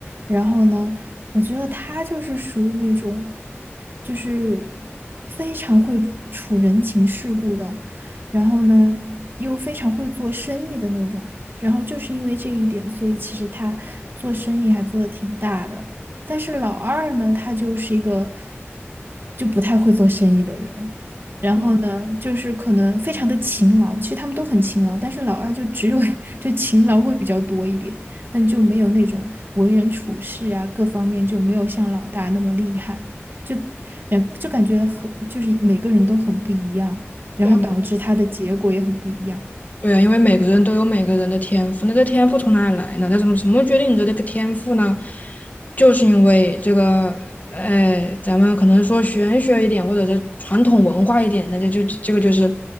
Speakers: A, on the right (about 50°); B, on the left (about 35°).
A: 然后呢，我觉得她就是属于那种，就是非常会处人情世故的，然后呢，又非常会做生意的那种，然后就是因为这一点，所以其实她做生意还做得挺大的，但是老二呢，他就是一个就不太会做生意的人。然后呢，
B: 嗯，
A: 就是可能非常的勤劳，其实他们都很勤劳，但是老二就只有 <laughs> 就勤劳会比较多一点，但就没有那种为人处事啊，各方面就没有像老大那么厉害，就呃就感觉很就是每个人都很不一样，然后导致他的结果也很不一样。
B: 对吗？对啊，因为每个人都有每个人的天赋，那这天赋从哪里来呢？那怎么怎么决定你的这个天赋呢？就是因为这个，哎，咱们可能说玄学一点，或者是传统文化一点，那就就这个就是